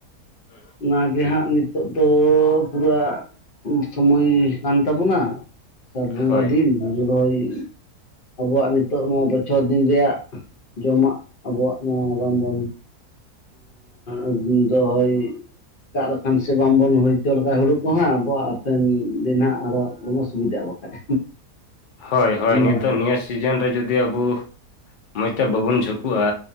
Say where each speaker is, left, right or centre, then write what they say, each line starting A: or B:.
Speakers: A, on the left (about 80°); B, on the left (about 45°).
A: ᱦᱩᱸ
B: ᱚᱱᱟᱜᱮ ᱦᱟᱸᱜ ᱱᱤᱛᱳᱜ ᱫᱚ ᱯᱩᱨᱟ ᱥᱚᱢᱚᱭ ᱠᱟᱱ ᱛᱟᱵᱩᱱᱟ᱾ ᱟᱥᱟᱲ ᱵᱚᱸᱜᱟ
A: ᱦᱳᱭ
B: ᱫᱤᱱ ᱦᱩᱲᱩ ᱨᱚᱦᱚᱭ ᱟᱵᱚᱣᱟᱜ ᱱᱤᱛᱳᱜ ᱱᱚᱣᱟ ᱵᱚᱪᱷᱚᱨ ᱫᱤᱱ ᱨᱮᱭᱟᱜ ᱡᱚᱢᱟᱜ ᱟᱵᱚᱣᱟᱜ ᱱᱚᱣᱟ ᱵᱟᱢ ᱵᱚᱱ ᱟᱻ ᱫᱚᱦᱚᱭ ᱫᱟᱜ ᱞᱮᱠᱷᱟᱱ ᱥᱮ ᱵᱟᱝᱵᱚᱱ ᱦᱩᱭ ᱦᱚᱪᱚ ᱞᱮᱠᱷᱟᱡ ᱦᱩᱲᱩ ᱠᱚᱦᱚᱸ ᱟᱵᱚᱣᱟᱜ ᱦᱟᱯᱮᱱ ᱫᱤᱱ ᱦᱟᱸᱜ ᱟᱨᱚ ᱫᱚᱢᱮ ᱚᱥᱩᱵᱤᱫᱟᱜ-ᱟ ᱵᱟᱠᱷᱟᱡ᱾
A: ᱦᱚᱭ ᱦᱚᱭ
B: ᱦᱩᱸ
A: ᱱᱤᱛᱳᱜ ᱱᱤᱭᱟᱹ ᱥᱤᱡᱤᱱ ᱨᱮ ᱡᱩᱫᱤ ᱟᱵᱩ ᱢᱚᱸᱡᱽ ᱛᱮ ᱵᱟᱵᱚᱱ ᱡᱷᱩᱠᱩᱜ-ᱟ,